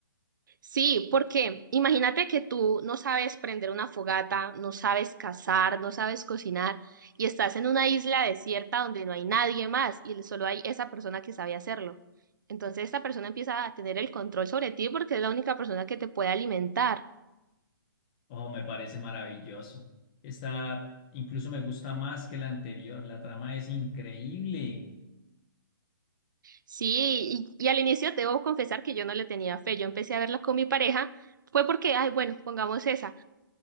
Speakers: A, on the right; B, on the left.
A: Sí, porque imagínate que tú no sabes prender una fogata, no sabes cazar, no sabes cocinar y estás en una isla desierta donde no hay nadie más y solo hay esa persona que sabe hacerlo. Entonces esta persona empieza a tener el control sobre ti porque es la única persona que te puede alimentar.
B: Oh, me parece maravilloso. Esta incluso me gusta más que la anterior. La trama es increíble.
A: Sí, y, y al inicio te debo confesar que yo no le tenía fe. Yo empecé a verla con mi pareja, fue porque, ay, bueno, pongamos esa.